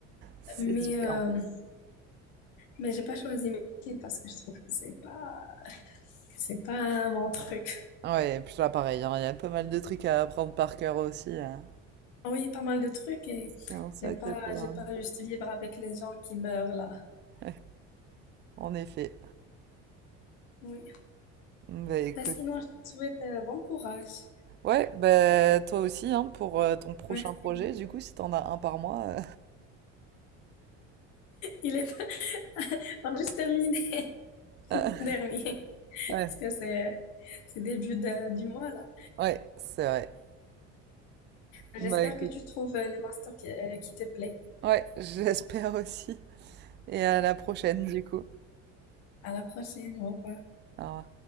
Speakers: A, on the right (about 35°); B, on the left (about 75°).
A: C'est
B: Mais,
A: différent.
B: euh, mais j'ai pas choisi médecine parce que je trouve que c'est pas, que c'est pas mon truc.
A: Ouais, et puis là, pareil, hein, il y a pas mal de trucs à apprendre par cœur aussi. hein.
B: Ah Oui, pas mal de trucs et
A: C'est un sacré
B: j'aime pas,
A: programme.
B: j'aime pas juste vivre avec les gens qui meurent là.
A: <laughs> En effet.
B: Oui.
A: Mm, Bah écoute.
B: Ben, sinon, je te souhaite euh, bon courage.
A: Ouais, bah toi aussi, hein, pour euh, ton prochain
B: Merci
A: projet,
B: beaucoup.
A: du coup, si t'en as un par mois.
B: Il est <laughs> on a juste terminé. <laughs>
A: euh,
B: le
A: <laughs>
B: Dernier, parce
A: Ouais,
B: que c'est c'est début de- du mois là.
A: ouais, c'est vrai.
B: J'espère
A: Bah écoute,
B: que tu trouves euh, le master qui, euh, qui te plaît.
A: Ouais, <laughs> j'espère aussi. Et à la prochaine, du coup. Au
B: À la prochaine. Au revoir.
A: revoir.